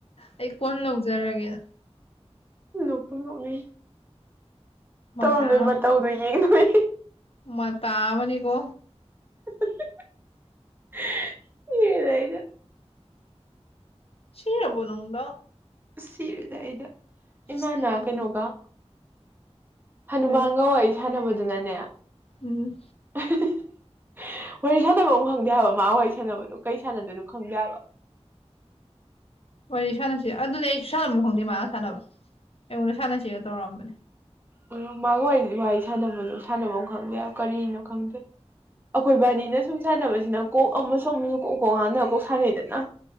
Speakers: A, on the left (about 60°); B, on the right (about 20°).
A: ꯑꯩ ꯀꯣꯟ ꯂꯧꯖꯔꯒꯦꯅ
B: ꯅꯣꯛꯇꯨꯝ ꯅꫭꯛꯅꯤꯡꯉꯤ
A: ꯃꯇꯥ
B: ꯇꯧꯔꯝꯗꯣꯏ
A: ꯑꯃ
B: ꯃꯇꯧꯗꯣ ꯌꯦꯡꯗꯣꯏ
A: ꯃꯇꯥ ꯑꯃꯅꯤꯀꯣ
B: <unintelligible>
A: ꯁꯔꯕꯣꯅꯪꯗ
B: ꯁꯤꯔꯦꯗ ꯑꯩꯗ ꯏꯃꯥꯅꯥ
A: ꯁꯤꯔꯕꯣ
B: ꯀꯩꯅꯣꯒ ꯍꯅꯨꯃꯥꯟꯒ
A: ꯀꯔꯤ
B: ꯋꯥꯏ ꯁꯥꯟꯅꯕꯗꯨꯅꯅꯦ
A: ꯎꯝ
B: <unintelligible> ꯋꯥꯔꯤ ꯁꯥꯟꯅꯕ ꯑꯃ ꯈꯪꯗꯦ ꯍꯥꯏꯕ ꯃꯥ ꯋꯥꯔꯤ ꯁꯥꯟꯅꯕꯅꯣ ꯀꯩ ꯁꯥꯟꯅꯗꯣꯏꯅꯣ ꯈꯪꯗꯦ ꯍꯥꯏꯕ꯫
A: ꯋꯥꯔꯤ ꯁꯥꯟꯅꯁꯦ ꯑꯗꯨꯅꯦ ꯑꯩꯁꯨ ꯁꯥꯟꯅꯕꯝ ꯈꯪꯗꯦ ꯃꯥꯒ ꯁꯥꯟꯅꯕ ꯑꯩꯉꯣꯟꯗ ꯁꯥꯟꯅꯁꯤꯒ ꯇꯧꯔꯛꯑꯝꯕꯅꯦ꯫
B: ꯑ ꯃꯥꯒ ꯋꯥꯔꯤ ꯋꯥꯔꯤ ꯁꯥꯟꯅꯕꯗꯣ ꯁꯥꯟꯅꯕꯝ ꯈꯪꯗꯦꯕ ꯀꯔꯤꯅꯣ ꯈꯪꯗꯦ꯫ ꯑꯈꯣꯏ ꯕꯥꯅꯤꯅ ꯁꯨꯝ ꯁꯥꯟꯅꯕꯁꯤꯅ ꯀꯣꯛ ꯑꯃꯁꯨ ꯑꯃꯁꯨ ꯀꯣꯛ ꯀꯣꯛ ꯉꯥꯟꯅ ꯀꯣꯛ ꯁꯥꯟꯅꯩꯗꯅ